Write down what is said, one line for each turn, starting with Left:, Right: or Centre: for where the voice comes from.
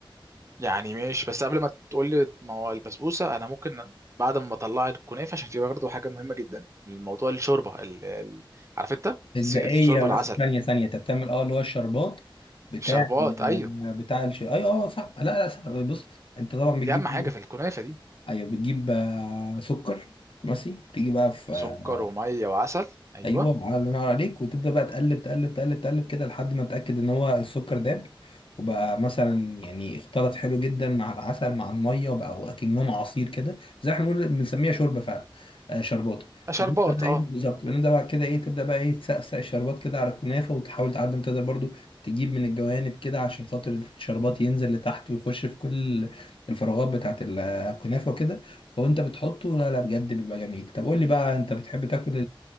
Right: يعني ماشي بس قبل ما تقول لي ما هو البسبوسه انا ممكن بعد ما اطلع الكنافه عشان دي برضه حاجه مهمه جدا الموضوع الشوربه ال... ال... عارف انت
Left: اتزاقيه
Right: سي- الشوربه العسل
Left: بس ثانيه ثانيه انت بتعمل اه اللي هو الشربات بتاع
Right: شربات ايوه
Left: آه، بتاع الش... اي اه صح لا لا صح بص انت طبعا بتجيب
Right: دي اهم حاجه في الكنافه دي
Left: ايوه بتجيب آه، سكر ماشي تيجي بقى في
Right: سكر
Left: آه،
Right: وميه وعسل ايوه
Left: ايوه وع- الله ينور عليك وتبدا بقى تقلب تقلب تقلب تقلب كده لحد ما تتاكد ان هو السكر داب وبقى مثلا يعني اختلط حلو جدا مع العسل مع الميه وبقى اكنهم عصير كده زي احنا بنقول بنسميها شوربه فعلا آه شربات
Right: شربات
Left: فبنبدا بقى
Right: اه
Left: ايه بالظبط بنبدا بقى كده ايه تبدا بقى ايه تسقسق الشربات كده على الكنافه وتحاول تعدي ما تقدر برضو تجيب من الجوانب كده عشان خاطر الشربات ينزل لتحت ويخش في كل الفراغات بتاعت الكنافه وكده فوانت بتحطه لا لا بجد بيبقى جميل طب قول لي بقى انت بتحب تاكل